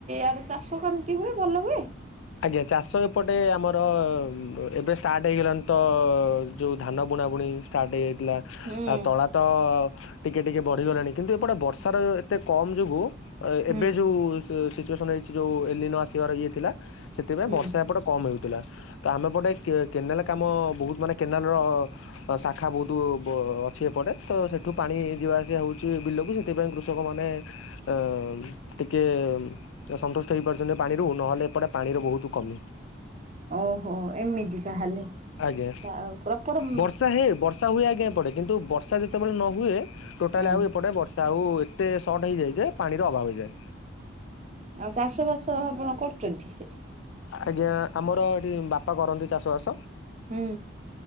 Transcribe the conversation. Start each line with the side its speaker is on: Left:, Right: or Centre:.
Right: ଆଡ଼େ ଚାଷ କେମିତି ହୁଏ ଭଲ ହୁଏ।
Left: ଆଜ୍ଞା ଚାଷ ଏପଟେ ଆମର ଏବେ ଷ୍ଟାର୍ଟ ହେଇଗଲାଣି ତ ଯୋଉ ଧାନ ବୁଣାବୁଣି। ଷ୍ଟାର୍ଟ ହେଇ ଯାଇଥିଲା।
Right: ହୁଁ
Left: ଆ ତଳା ତ ଟିକେ ଟିକେ ବଢିଗଲାଣି କିନ୍ତୁ ଏପଟେ ବର୍ଷା ର ଏତେ କମ ଯୋଗୁ। ଆ
Right: ହୁଁ
Left: ଏବେ ଯୋଉ ସି ସିଚୁଏସନ୍ ହେଇଛି ଯୋଉ ଏଲିନୋ ଆସିବାର ଇଏ ଥିଲା ସେଥିପାଇଁ
Right: ହୁଁ।
Left: ବର୍ଷା ଏପଟେ। କମ୍ ହେଉଥିଲା ତ ଆମେ ଏପଟେ କେ କେନାଲ କାମ ବହୁତ ମାନେ କେନାଲର। ଅ ଶାଖା ବହୁତ ବ ଅଛି ଏପଟେ ତ ସେଠୁ ପାଣି ଯିବା ଆସିବା ହଉଛି ବିଲକୁ ସେଠି। ସେଥିପାଇଁ କୃଷକମାନେ ଅ ଟିକେ ସନ୍ତୁଷ୍ଟ ହେଇପାରୁଛନ୍ତି ପାଣିରୁ ନହେଲେ ସେପଟେ ପାଣିର ବହୁତ କମି
Right: ଓହୋ ଏମିତି ତାହେଲେ
Left: ଆଜ୍ଞା
Right: ଆଉ ପ୍ରପର
Left: ବର୍ଷା ହେ ବର୍ଷା ହୁଏ ଆଜ୍ଞା ଏପଟେ କିନ୍ତୁ ବର୍ଷା ଯେତେବେଳେ ନ ହୁଏ ଟୋଟାଲି
Right: ହୁଁ
Left: ଆଉ ଏପଟେ ବର୍ଷା ଆଉ ଏତେ ସର୍ଟ ହେଇଯାଏ ଯେ ପାଣିର ଅଭାବ ହେଇଯାଏ।
Right: ଆଉ ଚାଷବାସ ଆପଣ କରୁଛନ୍ତି ସେଇଠି?
Left: ଆଜ୍ଞା ଆମର ଏଠି ବାପା କରନ୍ତି ଚାଷବାସ।
Right: ହୁଁ